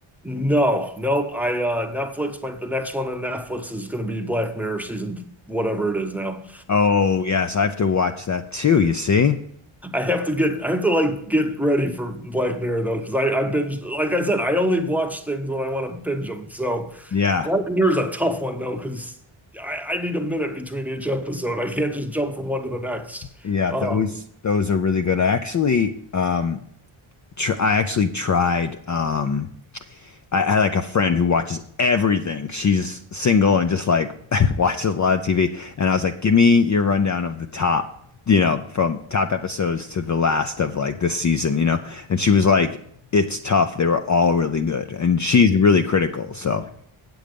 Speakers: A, in the centre; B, on the left.
A: No, nope. I uh Netflix. My, the next one on Netflix is going to be Black Mirror season, whatever it is now.
B: Oh, yes, I have to watch that too, you see?
A: I have to get I have to like get ready for Black Mirror though, because I, I binge like I said, I only watch things when I want to binge them. So
B: Yeah.
A: Black Mirror is a tough one though, because I, I need a minute between each episode. I can't just jump from one to the next.
B: Yeah,
A: Um,
B: those those are really good. I actually um tr I actually tried um I had like a friend who watches everything. She's single and just like <laughs> watches a lot of TV. And I was like, give me your rundown of the top, you know, from top episodes to the last of like this season, you know? And she was like, it's tough. They were all really good. And she's really critical. So,